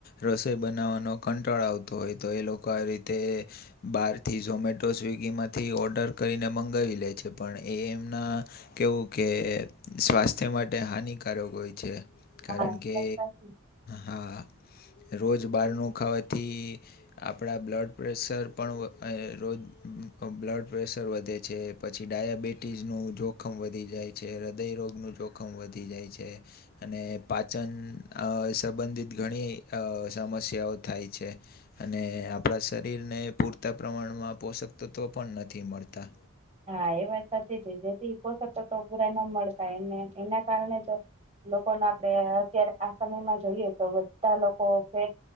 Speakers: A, on the left; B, on the right.
A: રસોઈ બનાવવાનો કંટાળ આવતો હોય તો એ લોકો આ રીતે બહારથી ઝોમેટો સ્વિગી માંથી ઓર્ડર કરીને મંગાવી લે છે પણ એ એમના કેવું કે સ્વાસ્થ્ય માટે હાનિકારક હોય છે
B: પડે
A: કારણ કે
B: હા
A: હા રોજ બારનું ખાવાથી આપણા બ્લડ પ્રેશર પણ રોજ બ્લડ પ્રેશર વધે છે છે પછી ડાયાબિટીસનું જોખમ વધી જાય છે હૃદયરોગનું જોખમ વધી જાય છે અને પાચન સંબંધિત ઘણી સમસ્યાઓ થાય છે અને આપણા શરીરને પૂરતા પ્રમાણમાં પોષક તત્ત્વો પણ નથી મળતા
B: હા એ વાત સાચી છે જેથી પોષક તત્વો પૂરા ન મળતા એને એના કારણે જો લોકોને આપડે અત્યારે આ સમયમાં જોઈએ તો બધા લોકો ફે